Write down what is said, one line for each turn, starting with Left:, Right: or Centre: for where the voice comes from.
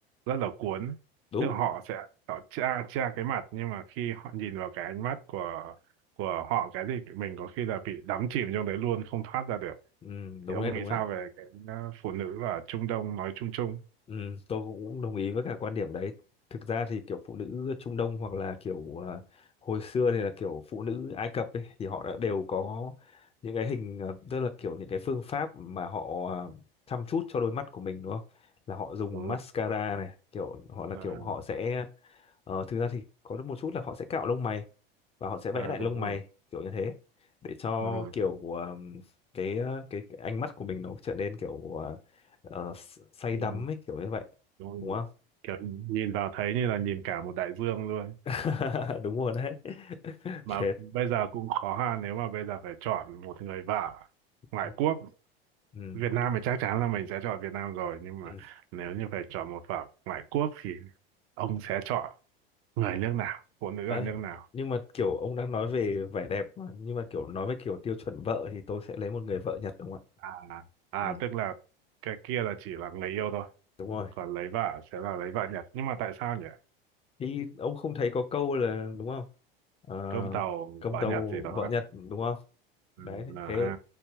Right: rất là cuốn.
Left: đúng
Right: Tức là họ sẽ họ tra tra cái mặt nhưng mà khi họ nhìn vào cái ánh mắt của của họ cái thì mình có khi là bị đắm chìm trong đấy luôn không thoát ra được.
Left: ừ, đúng
Right: Thì ông
Left: đấy đúng
Right: nghĩ sao
Left: đấy
Right: về cái ờ, phụ nữ ở Trung Đông nói chung chung?
Left: ừ, tôi cũng đồng ý với cả quan điểm đấy thực ra thì kiểu phụ nữ Trung Đông hoặc là kiểu à, hồi xưa thì là kiểu phụ nữ Ai Cập ấy thì họ đã đều có những cái hình à, tức là kiểu những cái phương pháp mà họ à, chăm chút cho đôi mắt của mình đúng không là họ dùng
Right: Đúng
Left: mascara
Right: rồi.
Left: này kiểu họ là
Right: À,
Left: kiểu họ sẽ Ờ, thực ra thì có được một chút là họ sẽ cạo lông mày và họ sẽ vẽ
Right: à,
Left: lại
Right: đúng
Left: lông
Right: rồi.
Left: mày kiểu như thế để cho
Right: Ừ.
Left: kiểu ờm, cái, ờ, cái cái ánh mắt của mình nó trở nên kiểu ờ, ờ, s- say
Right: Ừ.
Left: đắm ấy kiểu như vậy
Right: Đúng
Left: đúng
Right: rồi.
Left: không?
Right: Kiểu nhìn vào thấy như là nhìn cả một đại dương luôn.
Left: <laughs> Đúng rồi đấy. <laughs>
Right: mà
Left: Thế.
Right: bây giờ cũng khó ha nếu mà bây giờ phải chọn một người vợ ngoại
Left: Ừ.
Right: quốc
Left: Ừ.
Right: Việt Nam thì chắc chắn là mình sẽ chọn Việt Nam rồi nhưng mà
Left: ừ.
Right: nếu như phải chọn một vợ ngoại quốc thì ông sẽ chọn người nước nào phụ nữ
Left: Ấy,
Right: ở nước nào
Left: nhưng mà kiểu ông đang nói về vẻ đẹp mà. nhưng mà kiểu nói về kiểu tiêu chuẩn vợ thì tôi sẽ lấy một người vợ Nhật đúng không ạ?
Right: à à
Left: Ừ,
Right: tức là cái kia là chỉ là người yêu thôi
Left: đúng rồi.
Right: còn lấy vợ sẽ là lấy vợ Nhật nhưng mà tại sao nhỉ
Left: Thì ông không thấy có câu là đúng không? Ờ,
Right: cơm tàu
Left: công
Right: vợ
Left: tâu
Right: Nhật gì đó
Left: vợ Nhật đúng không? Đấy,
Right: ừ, là
Left: thế
Right: ha